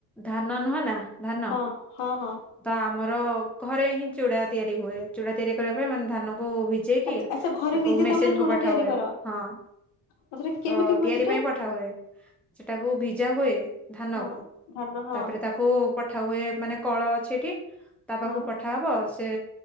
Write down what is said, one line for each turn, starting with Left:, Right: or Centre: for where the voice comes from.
Centre: ଧାନ ନୁହେଁ ନା ଧାନ
Left: ହଁ ହଁ ହଁ
Centre: ତ ଆମର ଘରେ ହିଁ ଚୁଡା ତିଆରି ହୁଏ ଚୁଡା ତିଆରି କରିବା ପାଇଁ ମାନେ ଧାନକୁ ଭି ଭିଜେଇକି
Left: ଆଚ୍ଛା ଆଚ୍ଛା ଘରେ
Centre: ତାକୁ
Left: ନିଜେ
Centre: ମେସିନକୁ
Left: ତମର ଚୁଡା
Centre: ପଠା
Left: ତିଆରି
Centre: ହୁଏ।
Left: କର?
Centre: ହଁ
Left: ଆଉ ସେଟା କେମିତି
Centre: ତ
Left: ହୁଏ
Centre: ତିଆରି
Left: ସେଟା?
Centre: ପାଇଁ ପଠା ହୁଏ। ସେଟାକୁ ଭିଜା ହୁଏ ଧାନ
Left: ହଁ
Centre: କୁ
Left: ଧାନ ହଁ
Centre: ତାପରେ ତାକୁ କୁ ପଠା ହୁଏ ମାନେ କଳ ଅଛି ଏଠି ତା
Left: ହଁ
Centre: ପାଖକୁ ପଠ ପଠାହବ ସେ